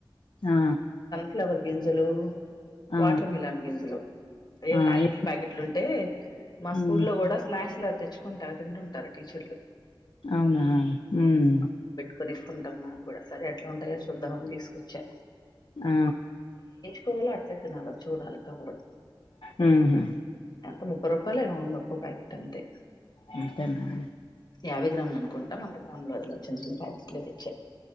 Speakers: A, on the left; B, on the left.
A: ఆ
B: ఫ్లవర్ గింజలు
A: ఆ!
B: వాటర్ మిలన్ గింజలు ఏ
A: ఆ!
B: ప్యాకెట్లు
A: ఎప్
B: ప్యాకెట్లు ఉంటే మా
A: హ్మ్.
B: స్కూల్లో కూడా స్నాక్స్ ఇట్లా తెచ్చుకుంటార్ తిండుంటారు టీచర్లు
A: అవునా హుమ్మ్
B: కొనిస్తుంటారు నాగూడ సరే ఎట్లా ఉంటయో చూద్దామని తీసుకు చె
A: ఆ
B: ఫోన్ లో అట్లే తినాల చూడాలి కవరు
A: హు హు
B: ఎంత ముప్పై రూపాయలో ఏమో ఉంది ఒక్క ప్యాకెట్ అంతే
A: అంతేనా
B: యాభై గ్రామ్లు అనుకుంటాం మల్ గ్రామ్ లో చిన్న చిన్న ప్యాకెట్లు తెచ్చే